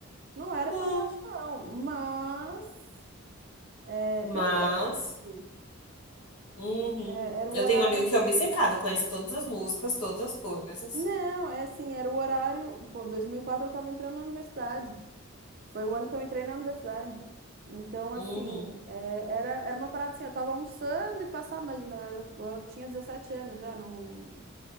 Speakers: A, on the right; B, on the left.
A: Não era
B: Não.
A: fantástico, não. Mas, é,
B: Mas.
A: pronto, é isso.
B: Uhum.
A: É, era o
B: Eu
A: horário.
B: tenho um amigo que é obcecado, conhece todas as músicas, todas as coisas.
A: Não, é assim, era o horário. Pô, 2004 eu tava entrando na universidade. Foi o ano que eu entrei na universidade. Então,
B: Uhum.
A: assim, é, era, era uma parada assim, eu tava almoçando e passava, imagina, eu, era- eu tinha 17 anos já, não,